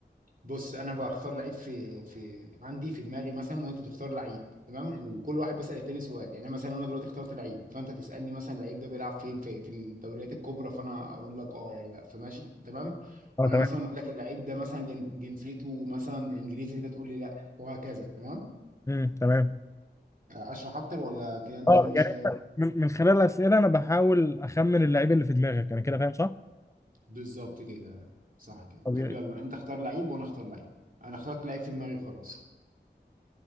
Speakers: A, on the right (about 50°); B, on the left (about 15°).
A: بص انا بختار لعيب في في عندي في دماغي مثلا وانت تختار لعيب تمام وكل واحد بيسأل التاني سؤال يعني مثلا انا دلوقتي اخترت لعيب فانت تسألني مثلا اللعيب ده بيلعب فين في في الدوريات الكبرى فانا اقول لك اه ولا لا فماشي تمام
B: اه
A: وانا
B: تمام
A: مثلا اقول لك اللعيب ده مثلا جن- جنسيته مثلا انجليزي انت تقول لي لا وهكذا تمام
B: امم تمام
A: اشرح اكتر ولا كده مفهومه
B: اه
A: شويه
B: يعني من من خلال الاسئله انا بحاول اخمن اللعيب اللي في دماغك انا كده فاهم صح
A: بالظبط كده صح كده
B: طبيعي
A: طب يلا انت اختار لعيب وانا اختار لعيب انا اخترت لعيب في دماغي خلاص